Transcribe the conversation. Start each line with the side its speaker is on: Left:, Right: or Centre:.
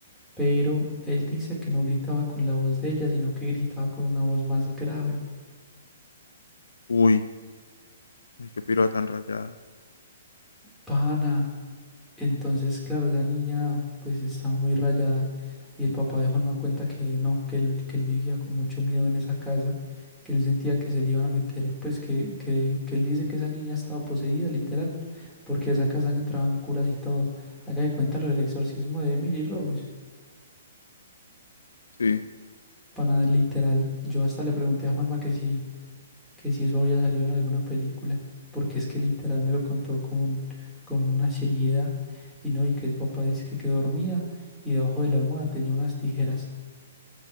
Centre: pero él dice que no gritaba con la voz de ella, sino que gritaba con una voz más grave.
Left: Uy, uy, qué piroa tan rayada.
Centre: Pana, Entonces, claro, la niña pues estaba muy rayada y el papá de Juanma cuenta que no, que él, que él vivía con mucho miedo en esa casa, que él sentía que se le iban a meter, pues que, que, que él dice que esa niña estaba poseída, literal, porque a esa casa entraban curas y todo. Haga de cuenta lo del exorcismo de Emily Rose.
Left: Sí,
Centre: Para nada, literal, yo hasta le pregunté a Juanma que si que si eso había salido en alguna película, porque es que literal me lo contó con, con una seriedad y no, y que el papá dice que, que dormía y debajo de la almohada tenía unas tijeras,